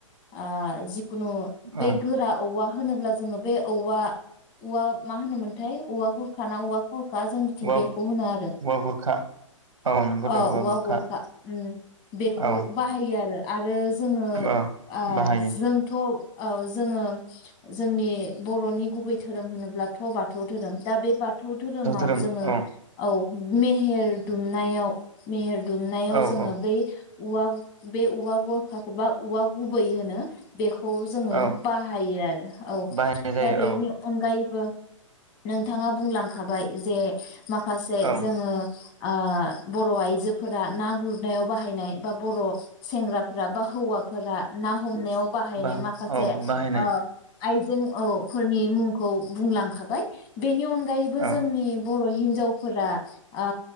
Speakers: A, on the left (about 30°); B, on the right (about 85°).
A: आ जि खुनु
B: औ
A: बे गोरा औवा होनोब्ला जोङो बे औवा औवा मा होनोमोनथाय औवा गुरखा ना औवा हखा जोंनिथिं
B: औवा
A: बेखौ होनो आरो
B: औवा बुरखा औ नंगौ
A: अ औवा
B: दे बुरखा
A: गवखा बेखौ
B: औ
A: बाहायो आरो आरो जोङो
B: औ
A: ओ
B: बाहायो
A: जोंथ औ जोङो जोंनि बरनि गुबै धोरोम होनोब्लाथ बाथौ धोरोम दा बे बाथौ बाथौ धोरोमाव
B: धोरोम
A: जोङो
B: औ
A: औ मेहेर दुमनायाव मेहेर दुमनायाव
B: औ
A: जोङो
B: औ
A: बै औवा बे औवा गरखाखौ बा औवा गुबै होनो बेखौ खौ जोङो
B: औ
A: बाहायो आरो औ
B: बाहायनाय जायो
A: दा बेनि
B: औ
A: अनगायैबो बो नोंथाङा बुंलांखाबाय जे माखासे
B: औ
A: जोङो ओ बर आइजोफोरा ना गुरनायाव बाहायनाय बा बर सेंग्राफोरा बा हौवाफोर ना हमनायाव बाहायनाय
B: बा
A: माखासे
B: औ बाहायनाय
A: ओ आइजें औ फोरनि मुं खौ बुंलांखाबाय बेनि अन अनगायैबो
B: औ
A: जोंनि बर हि हिन्जावफोरा ओ